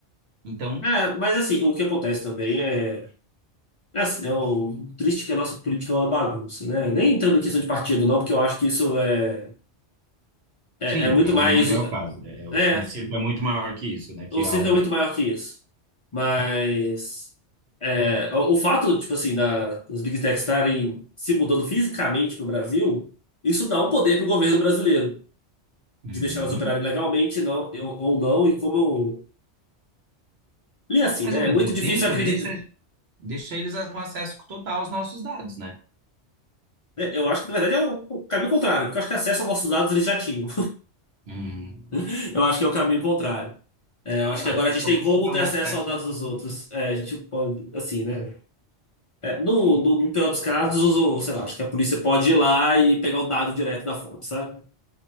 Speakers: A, on the right (about 65°); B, on the left (about 55°).
A: Então,
B: É, mas assim, o que acontece também é É assim, é o triste que a nossa política é uma bagunça, né? Nem entrando em questão de partido, não, porque eu acho que isso é, é,
A: sim,
B: é muito
A: não, não
B: mais.
A: não vem ao caso. É, o,
B: É,
A: é um circo é muito maior que isso, né? Que
B: o circo
A: A ou
B: é
A: B.
B: muito maior que isso. Mas. é, o, o fato, tipo assim, da, das Big Techs estarem se mudando fisicamente para o Brasil, isso dá um poder para o governo brasileiro,
A: Uhum.
B: de deixar elas operarem legalmente não, ou, ou não, e como eu. E assim,
A: Mas,
B: né?
A: ao mesmo
B: É muito difícil
A: tempo,
B: acreditar.
A: deixa, deixa eles com acesso total aos nossos dados, né?
B: né? Eu acho que, na verdade, é o, o caminho contrário, porque eu acho que acesso aos nossos dados eles já tinham.
A: Hum.
B: <laughs> Eu acho que é o caminho contrário. É, eu
A: É,
B: acho
A: eu
B: que
A: acho
B: agora
A: que
B: a
A: eles
B: gente
A: só
B: tem
A: vão
B: como
A: chegar
B: ter
A: mais
B: acesso
A: perto.
B: aos dados
A: em-
B: dos outros. É, a gente pode, assim, né? É, no, no, no pior dos casos, o, sei lá, acho que a polícia pode ir lá e pegar o dado direto da fonte, sabe?